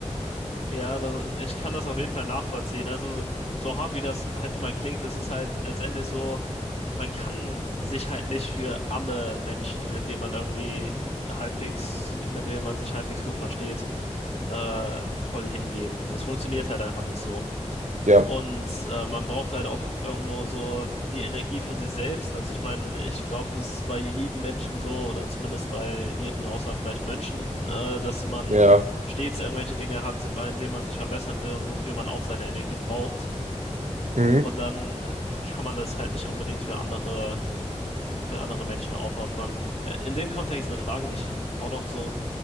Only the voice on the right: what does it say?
Ja,
ja,
mhm.